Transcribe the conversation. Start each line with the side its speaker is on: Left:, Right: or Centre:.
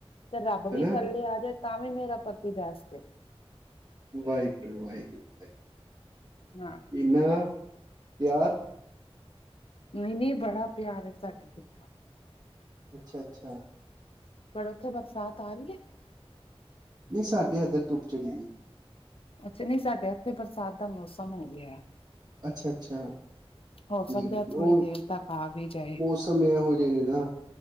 Left: ਤੇ ਰੱਬ ਵੀ
Right: ਹਨਾ
Left: ਥੱਲੇ ਆ ਜਾਏ ਤਾਂ ਵੀ ਮੇਰਾ ਪਤੀ ਬੈਸਟ ਏ।
Right: ਵਾਏਗੁਰੂ-ਵਾਏਗੁਰੂ-ਵਾਏਗੁਰੂ।
Left: ਨਾ।
Right: ਏਨਾ ਪਿਆਰ
Left: ਨਈ-ਨਈ ਬੜਾ ਪਿਆਰ ਏ ਸਾਡੇ ਵਿੱਚ।
Right: ਅੱਛਾ-ਅੱਛਾ।
Left: ਤੋਆਡੇ ਉੱਥੇ ਬਰਸਾਤ ਆ ਰੀ ਐ?
Right: ਨਈ ਸਾਡੇ ਏਧਰ ਧੁੱਪ ਚੜੀ ਦੀ ਏ।
Left: ਅੱਛਾ ਨਈ ਸਾਡੇ ਇੱਥੇ ਬਰਸਾਤ ਦਾ ਮੌਸਮ ਹੋ ਗਿਆ।
Right: ਅੱਛਾ-ਅੱਛਾ। ਠੀਕ
Left: ਹੋ ਸਕਦਾ
Right: ਏ
Left: ਥੋੜ੍ਹੀ
Right: ਔਰ
Left: ਦੇਰ ਤੱਕ ਆ ਵੀ ਜਾਏ
Right: ਮੌਸਮ ਈ ਐਹੋ ਜੇ ਨੇ ਨਾ।